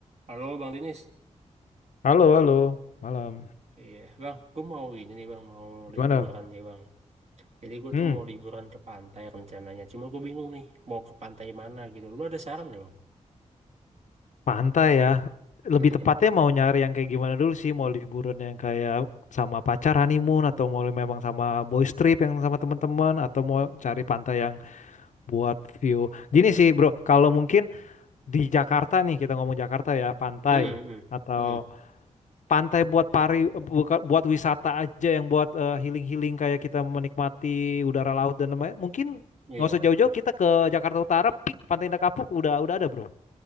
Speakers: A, on the right; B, on the left.
A: Halo Bang Dinis,
B: Halo, halo, malam.
A: iya Bang, gue mau gini nih Bang, mau
B: Gimana?
A: liburan ya Bang. Jadi gue
B: Hmm,
A: tuh mau liburan ke pantai rencananya. Cuma gue bingung nih, mau ke pantai mana gitu. Lu ada saran nggak Bang?
B: pantai ya. Lebih
A: Mm-mm.
B: tepatnya mau nyari yang kayak gimana dulu sih? Mau liburan yang kayak sama pacar honeymoon atau mau memang sama boys trip yang sama teman-teman atau mau cari pantai yang buat view. Gini sih, Bro, kalau mungkin di Jakarta nih, kita ngomong Jakarta ya, pantai
A: Mm-mm.
B: atau
A: Mm-mm.
B: pantai buat pari buka, buat wisata aja yang buat eh, healing-healing kayak kita menikmati udara laut dan lain-lain. Mungkin
A: Iya,
B: nggak usah jauh-jauh kita ke Jakarta Utara, pik Pantai Indah Kapuk udah udah ada, Bro.